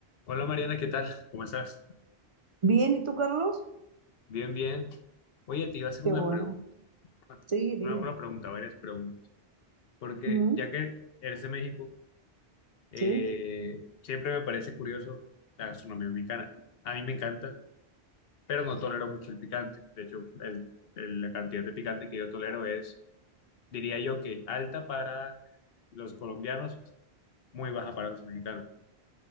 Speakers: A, on the left (about 65°); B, on the right (about 45°).
A: Hola Mariana, ¿qué tal? ¿Cómo estás?
B: Bien, ¿y tú, Carlos?
A: Bien, bien. Oye, te iba a hacer
B: Qué
A: una
B: bueno.
A: pregunta. Bueno,
B: Sí, dime.
A: una, una pregunta, varias preguntas. Porque
B: Ujú,
A: ya que eres de México, eh,
B: sí.
A: siempre me parece curioso la gastronomía mexicana. A mí me encanta, pero no tolero mucho el picante. De hecho, el- el- la cantidad de picante que yo tolero es, diría yo que alta para los colombianos, muy baja para los mexicanos.